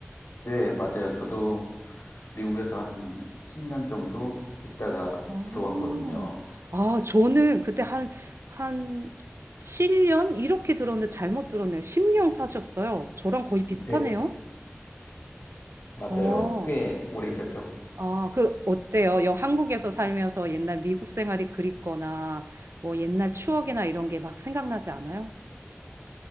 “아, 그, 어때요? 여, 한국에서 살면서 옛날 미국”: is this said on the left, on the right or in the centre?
Right